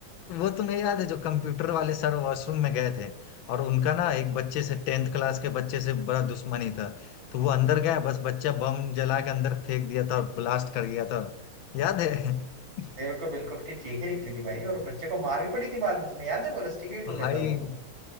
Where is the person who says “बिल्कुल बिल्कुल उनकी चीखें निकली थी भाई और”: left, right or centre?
Right